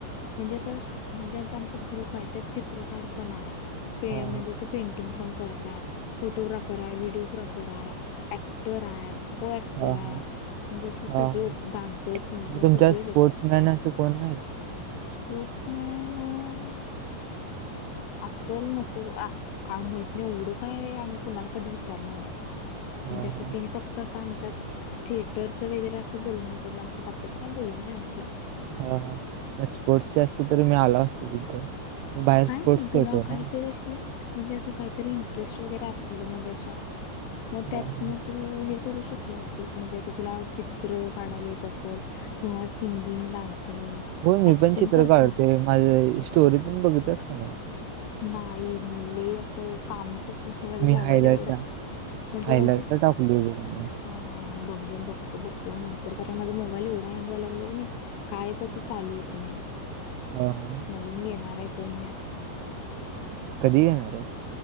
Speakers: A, on the left (about 80°); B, on the right (about 85°).
A: म्हणजे तर म्हणजे आमचा आमचा ग्रुप आहे त्यात चित्रकार आहे पणे ते
B: हा
A: म्हणजे असं पेंटिंग पण करतात फोटोग्राफर आहे, व्हिडिओ ग्राफर आहे. ऍक्टर आहे को- ऍक्टर
B: हा हा
A: आहे.
B: हा
A: म्हणजे असे सगळेच
B: हा हा.
A: डान्सर सिंगर
B: मग
A: असे
B: तुमच्या
A: सगळेच आहेत.
B: <unintelligible> असं कोण नाही.
A: स्पोर्ट्स मॅन ए असेल नसेल आ काय माहित नाही, एवढं काय आम्ही कुणाला कधी विचारलं नाही.
B: हा
A: म्हणजे असं
B: हा
A: त्याने फक्त तसं आमच्यात थेटरचं वगैरे असं बोलणं होतंय बस ही बाकीचं काल बोललो नाही आम्ही की.
B: हा हा स्पोर्टची असती तरी मी आलो असतो तिथं. मी बाहेर
A: काय
B: स्पोर्ट्स
A: नाही
B: खेळतोय
A: तुला काही
B: ना
A: तर अशी म्हणजे असं काहीतरी इंटरेस्ट वगैरे असेल तर म्हणजे अशा मग
B: हा
A: त्यातनं
B: हा
A: तू हे करू शकतोय तसं म्हणजे आता तुला चित्र काढायला येत असल. किंवा सिंगिंग, डान्सिंग
B: होय मी
A: ऍक्टिंग
B: पण चित्र
A: करतात.
B: काढतोय माझे स्टोरी तेन बघ त्याच की नाही.
A: नाही मी लई असं काम कसलं माझा
B: मी
A: मोबाईल
B: हायलाइटला
A: एवढा म्हणजे
B: हायलाइटला
A: म्हणजे
B: टाकलोय बघ मी
A: हा बघेन बघतो बघतो अ नंतर का नाही माझा मोबाईल एवढा हँग वाय लागला की नाही. काहीच असं चालू होत नाही
B: हा हा.
A: नवीन येणार आहे फोन मी आता.
B: कधी घेणारायस